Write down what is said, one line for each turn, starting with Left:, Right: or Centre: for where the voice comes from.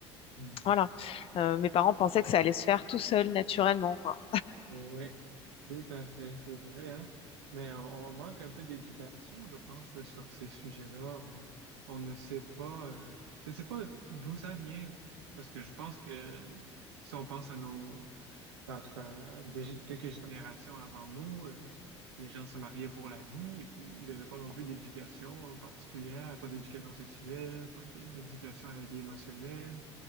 Right: mhm,
Left: Voilà. Euh, mes parents pensaient
Right: Ouais.
Left: que ça allait se faire tout seul, naturellement, quoi.
Right: Ouais. Tout à fait, c'est vrai, hein? Mais on, on manque un peu d'éducation, je pense, là, sur ces sujets-là. On, on ne sait pas, euh, je ne sais pas d'où ça vient, parce que je pense que si on pense à nos, Enfin, en tout cas, des- quelques générations avant nous, euh, les gens se mariaient pour la vie et puis ils n'avaient pas non plus d'éducation particulière, pas d'éducation sexuelle, pas d- d'éducation à la vie émotionnelle,